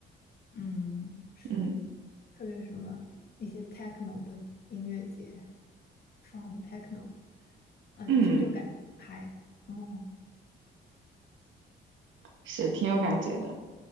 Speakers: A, on the left; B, on the right.
A: 嗯，是，
B: 嗯
A: 特别什么一些 techno 的音乐节放 techno 的，嗯、
B: 嗯，
A: 就感觉很嗨，嗯，
B: 是挺有感觉的。